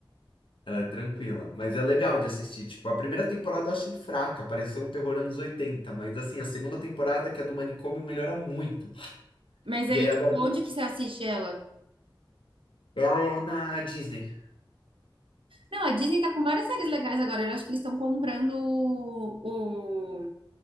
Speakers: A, on the left (about 75°); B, on the right (about 85°).
A: Ela é tranquila, mas é legal de assistir. Tipo, a primeira temporada eu achei fraca, pareceu um terror anos 80. mas assim, a segunda temporada, que é do manicômio, melhora muito.
B: mas
A: E
B: aí,
A: aí
B: tipo,
A: agora tem-
B: onde que você assiste ela?
A: ela é na Disney.
B: Não, a Disney tá com várias séries legais agora. Eu acho que eles estão comprando o, o-